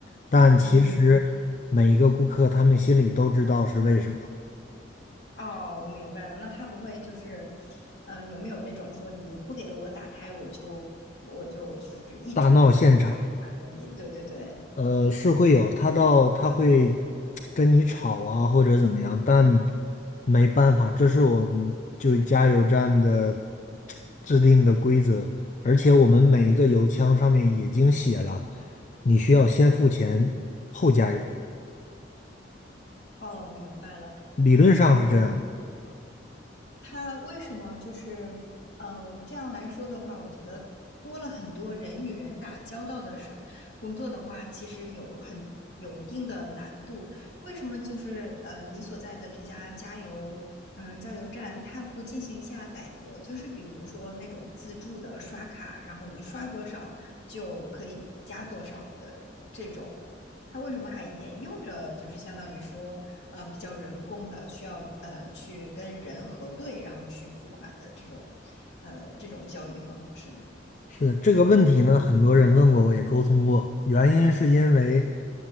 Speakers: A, on the left (about 40°); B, on the left (about 70°).
A: 但其实每一个顾客，
B: 嗯嗯，
A: 他们心里都知道是为什么。
B: 哦，我明白了。那他不会就是，呃，有没有那种说你不给我打开，我就我就就是一直就是查着你？
A: 大闹现场。
B: 对对对。
A: 呃，是会有，他到他会跟你吵啊，或者怎么样，但没办法，这是我们就加油站的制定的规则，而且我们每一个油枪上面已经写了，你需要先付钱后加油，
B: 哦，明白了。
A: 理论上是这样，
B: 他为什么就是，嗯、呃这样来说的话，我觉得多了很多人与人打交道的时候，工作的话，其实有很有一定的难度。为什么就是呃，你所在的这家加油，嗯、加油站，它不进行一下改革？就是比如说那种自助的刷卡，然后你刷多少就可以加多少的这种呢？它为什么还沿用着就是相当于说？呃比较人工的，需要呃去跟人核对，然后去付款的这种，呃这种交易方式呢？
A: 是这个问题呢，很多人问过，我也沟通过。原因是因为